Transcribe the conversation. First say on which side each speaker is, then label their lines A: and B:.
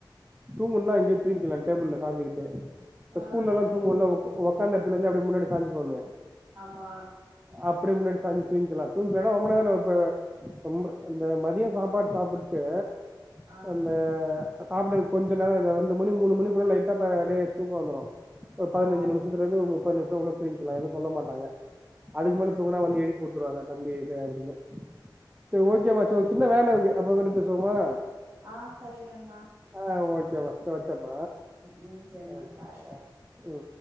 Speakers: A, on the right; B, on the right.
A: தூங்குன்னா இங்யே தூய்ங்க்கிலா டேபுள்ல சாஞ்சிகிட்டு
B: பரவாயில்லையே
A: ப்ப ஸ்கூல்லல்லா தூங்குவோல உக்கு ஒக்காந்த எடத்துலுந்தே அப்டே முன்னாடி சாஞ்சிப்போமே
B: ஆமா
A: அப்டி முன்னாடி சாஞ்சி தூய்க்கிலா தூங்லன்னா ரொம்ப நேரோ இப்ப ரொம்ப இந்த மதியோ சாப்பாட் சாப்புட்டு
B: ஆ
A: அந்த சாப்டு கொஞ்சு நேர இந்த ரெண்டு மணி மூணு மணி போல லைட்டா பே அப்டே தூக்க வந்துரு ஒரு பதினஞ்சி
B: ஆ
A: நிம்ஷத்து லுந்து ஒரு முப்பது நிமிஷோ உள்ள தூய்க்கிலா எது சொல்ல மாட்டாங்க அதுக்
B: ஆ
A: மேல தூங்கனா வந்து எழிப் வுட் துருவாங்க தம்பி இது அப்டின்னு செ ஓகே பா ச்சோ சின்ன வேலருக்கு அப்ற விட்டு பேசுவோமா
B: ஆ சரிங்கண்ணா
A: ஆ ஓகே மா ச வச்சட்ற
B: ம் சரிண்ணா
A: ஆ சே
B: பாய்
A: ஆ உ